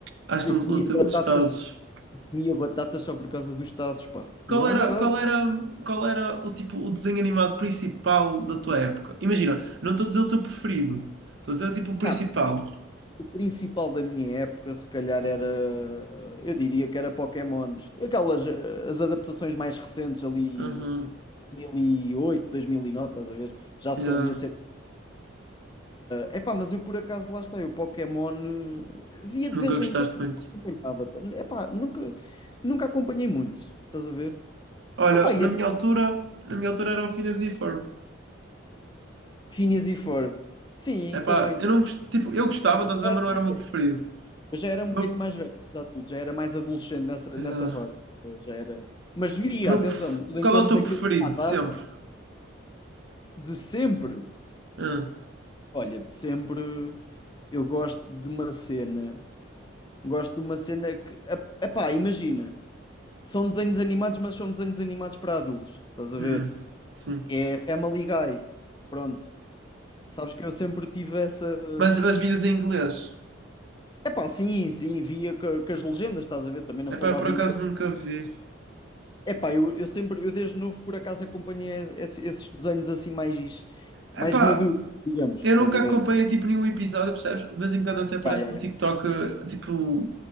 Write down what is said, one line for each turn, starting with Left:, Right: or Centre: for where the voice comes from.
Right: acho
Left: eu
Right: que não
Left: comia
Right: sou do tempo
Left: batatas,
Right: dos Tazos.
Left: comia batatas só por causa dos tazos, pá.
Right: Qual
Left: É
Right: era,
Left: verdade.
Right: qual era, qual era o tipo, o desenho animado principal da tua época? Imagina, não estou a dizer o teu preferido, estou a dizer o tipo o principal.
Left: Ah, o principal da minha época, se calhar, era. Eu diria que era Pokémons. Aquelas eh, as adaptações mais recentes ali,
Right: Aham,
Left: de 2008, 2009, estás a ver? Já
Right: yeah.
Left: se fazia ser. Epá, mas eu por acaso lá está, eu Pokémon eh, via
Right: Nunca
Left: de vez
Right: gostaste
Left: em quando, mas
Right: muito.
Left: não acompanhava. Epá, nunca, nunca acompanhei muito, estás a ver?
Right: Olha,
Left: Opá, e
Right: na
Left: até
Right: minha altura, na minha altura era o Phineas e Ferb.
Left: Phineas e Ferb. Sim,
Right: Epá,
Left: também.
Right: eu não gost... tipo, eu gostava,
Left: Mas eu
Right: estás
Left: já
Right: a ver, mas
Left: era
Right: não
Left: mais
Right: era o meu
Left: velho.
Right: preferido.
Left: Eu já era
Right: O
Left: um
Right: meu...
Left: bocadinho mais velho, apesar de tudo. Já era mais adolescente nessa,
Right: yeah.
Left: nessa fase. Eu já era. Mas via,
Right: O meu
Left: atenção,
Right: pref-
Left: de vez em
Right: Qual
Left: quando
Right: é o teu
Left: daquilo
Right: preferido,
Left: pá, dava.
Right: de sempre?
Left: De sempre.
Right: Ah,
Left: Olha, de sempre eu gosto de uma cena. Gosto de uma cena que. ep- Epá, imagina. São desenhos animados, mas são desenhos animados para adultos. Estás a
Right: hum,
Left: ver?
Right: sim.
Left: É Family Guy. Pronto. Sabes que eu sempre tive essa.
Right: Mas das vias em inglês?
Left: Epá, sim, sim, via co- com as legendas, estás a ver? Também não
Right: Epá,
Left: falava
Right: por acaso
Left: inglês.
Right: nunca vi.
Left: Epá, eu, eu sempre, eu desde novo por acaso acompanhei esse- esses desenhos assim mais,
Right: Epá,
Left: mais maduros, digamos,
Right: eu
Left: estás
Right: nunca
Left: a
Right: acompanhei,
Left: ver?
Right: tipo, nenhum episódio, percebes? De vez em quando até aparece
Left: Ya, ya,
Right: no
Left: ya.
Right: TikTok, eh, tipo,